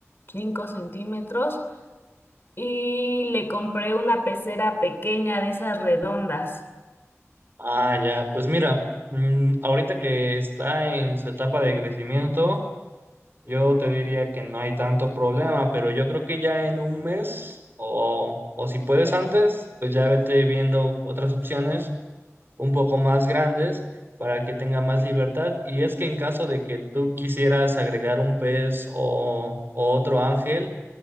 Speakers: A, on the left; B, on the right.
A: 5 centímetros y le compré una pecera pequeña de esas redondas.
B: Ah, ya, pues mira, mm, ahorita que está en su etapa de crecimiento, yo te diría que no hay tanto problema, pero yo creo que ya en un mes o, o si puedes antes, pues ya vete viendo otras opciones un poco más grandes para que tenga más libertad. Y es que en caso de que tú quisieras agregar un pez o, o otro ángel,